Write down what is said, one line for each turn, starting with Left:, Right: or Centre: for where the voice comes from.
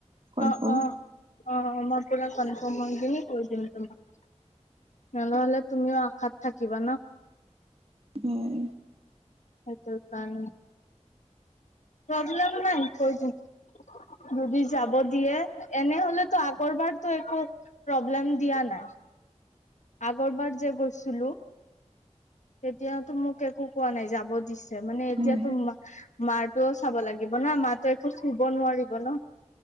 Right: কনফাৰ্ম
Left: অ-অ-অ, মই পুৰা কনফম হৈ কিনি কৈ দিম তোমাক। নহ'লে তুমিও আশাত থাকিবা ন।
Right: হম,
Left: সেইটোৰ কাৰণ। প্ৰব্লেম নাই কৈ দিম। যদি যাব দিয়ে, এনেহলেতো আগৰ বাৰতো একো। প্ৰব্লেম দিয়া নাই, আগৰবাৰ যে গৈছিলো। তেতিয়াতো মোক একো কোৱা নাই যাব দিছে মানে, এতিয়াতো
Right: উম
Left: মাই। মাৰটোও চাব লাগিব ন, মাতো একো শুব নোৱাৰিব ন।